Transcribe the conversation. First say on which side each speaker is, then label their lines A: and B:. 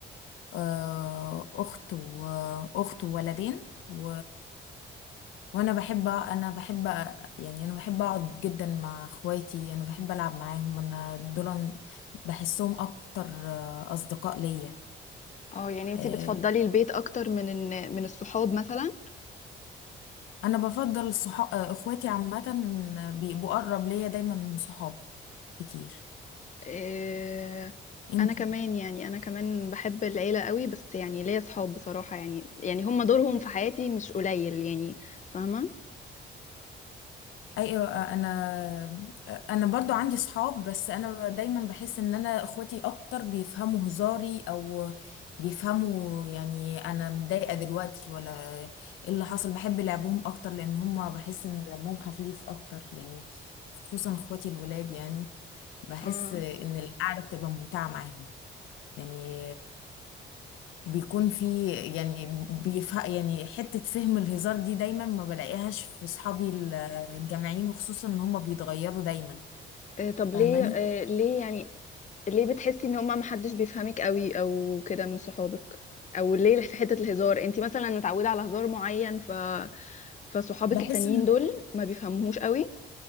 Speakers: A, on the left; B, on the left.
A: آه، اخت واخت وولدين و... وانا بحب انا بحب يعني انا بحب اقعد جدا مع اخواتي انا بحب العب معاهم انا دول بحسهم اكتر آه، اصدقاء ليا
B: اه يعني انتي
A: آه،
B: بتفضلي البيت أكتر من إن... من الصحاب مثلا
A: انا بفضل صحاب اخواتي عامه بيبقوا اقرب ليا دايما من صحابي كتير
B: إيه
A: انت
B: أنا كمان يعني أنا كمان بحب العيلة قوي بس يعني ليا صحاب بصراحة يعني يعني هم دورهم في حياتي مش قليل يعني فاهمة؟
A: ايوه آه، انا آه، انا برضو عندي صحاب بس انا دايما بحس ان انا اخواتي اكتر بيفهموا هزاري او بيفهموا يعني انا متضايقه دلوقتي ولا ايه اللي حصل بحب لعبهم اكتر لان هم بحس ان دمهم خفيف اكتر يعني خصوصا اخواتي الولاد يعني بحس
B: اه
A: ان القعده بتبقى ممتعه معاهم يعني بيكون في يعني بيفهم يعني حتة فهم الهزار دي دايما ما بلاقيهاش في صحابي ال- الجامعيين وخصوصا ان هم بيتغيروا دايما
B: إيه طب
A: فاهماني
B: ليه إيه ليه يعني ليه بتحسي ان هما محدش بيفهمك قوي او كده من صحابك او ليه في حتة الهزار انت مثلا متعودة على هزار معين ف فصحابك
A: بحس
B: التانيين
A: ان
B: دول ما بيفهموهوش قوي